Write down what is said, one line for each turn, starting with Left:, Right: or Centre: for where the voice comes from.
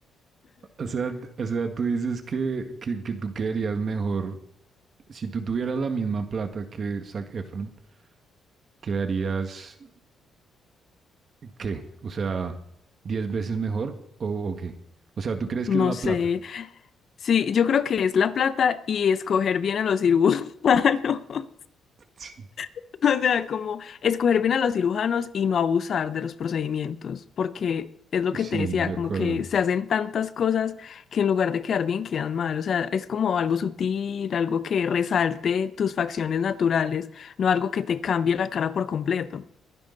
Right: O sea, o sea, tú dices que, que, que tú quedarías mejor, si tú tuvieras la misma plata que Zac Efron, quedarías ¿Qué? O sea, 10 veces mejor o, o qué? O sea, ¿tú crees
Left: No
Right: que es la
Left: sé.
Right: plata?
Left: Sí, yo creo que es la plata y escoger bien a los cirujanos. <laughs>
Right: Sí.
Left: <laughs> O sea, como escoger bien a los cirujanos y no abusar de los procedimientos, porque es lo que
Right: Sí,
Left: te decía,
Right: de acuerdo.
Left: como que se hacen tantas cosas que en lugar de quedar bien, quedan mal. O sea, es como algo sutil, algo que resalte tus facciones naturales, no algo que te cambie la cara por completo.